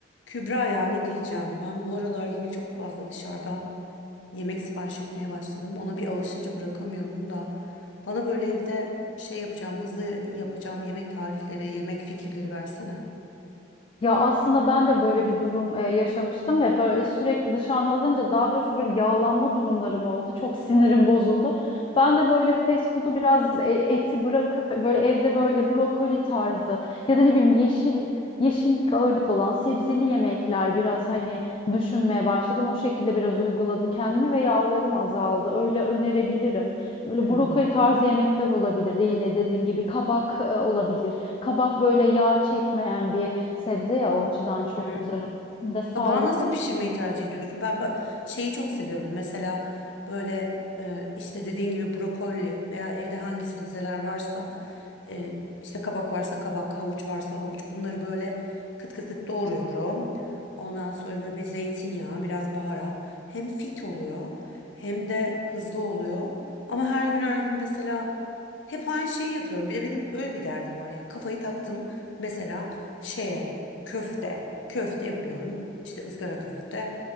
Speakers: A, on the left (about 80°); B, on the left (about 30°).
A: Kübra ya ne diyeceğim? Ben bu aralar yine çok fazla dışarıdan yemek sipariş etmeye başladım. Ona bir alışınca bırakamıyorum da. Bana böyle evde şey yapacağım, hızlı yapacağım yemek tarifleri, yemek fikirleri versene.
B: Ya aslında ben de böyle bir durum e, yaşamıştım ve böyle sürekli dışarıda alınca daha doğrusu böyle yağlanma durumlarım oldu. Çok sinirim bozuldu. Ben de böyle fast food'u biraz e, eti bırakıp böyle evde böyle brokoli tarzı ya da ne bileyim yeşil yeşillik ağırlıklı olan sebzeli yemekler biraz hani düşünmeye başladım. O şekilde biraz uyguladım kendimi ve yağlarım azaldı. Öyle önerebilirim. Böyle
A: Hmm.
B: brokoli tarzı yemekler olabilir. Yine dediğim gibi kabak e, olabilir. Kabak böyle yağ çekmeyen bir sebze ya o açıdan çok
A: Hı.
B: güzel oluyor. Hem de sağlıklı.
A: Kabağı nasıl pişirmeyi tercih ediyorsun? Ben ba- şeyi çok seviyorum. Mesela böyle e, işte dediğin gibi brokoli veya evde hangi sebzeler varsa e, işte kabak varsa kabak, havuç varsa havuç bunları böyle kıt kıt kıt doğruyorum. Ondan sonra böyle bir zeytinyağı, biraz baharat. Hem fit oluyor hem de hızlı oluyor. Ama her gün her gün mesela hep aynı şeyi yapıyorum. Bir de benim öyle bir derdim var ya. Kafayı taktım mesela şeye. Köfte. Köfte yapıyorum. İşte ızgara köfte.